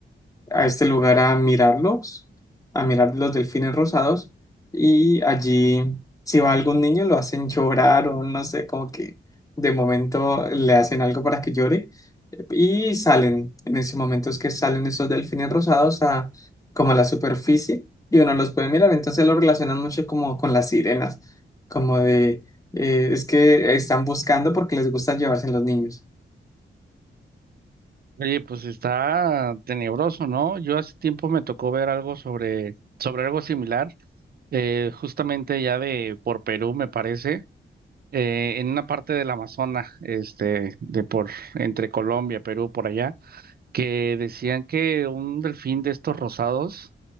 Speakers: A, on the left (about 15°); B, on the right (about 45°).
A: a este lugar a mirarlos, a mirar los delfines rosados y allí si va algún niño lo hacen llorar o no sé, como que de momento le hacen algo para que llore y salen, en ese momento es que salen esos delfines rosados a como a la superficie y uno los puede mirar, entonces lo relacionan mucho como con las sirenas, como de eh, es que están buscando porque les gusta llevarse los niños.
B: Oye, pues está tenebroso, ¿no? Yo hace tiempo me tocó ver algo sobre, sobre algo similar, eh, justamente ya de por Perú, me parece, eh, en una parte del Amazonas, este, de por, entre Colombia, Perú, por allá, que decían que un delfín de estos rosados